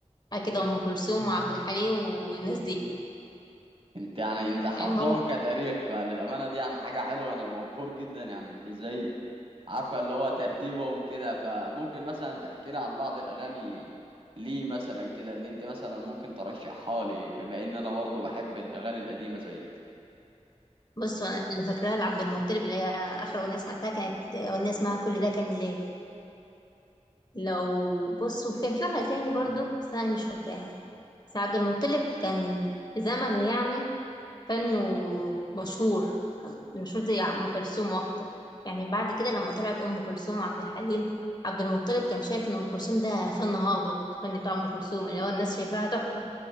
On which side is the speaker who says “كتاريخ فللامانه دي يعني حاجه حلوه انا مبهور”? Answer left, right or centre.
Right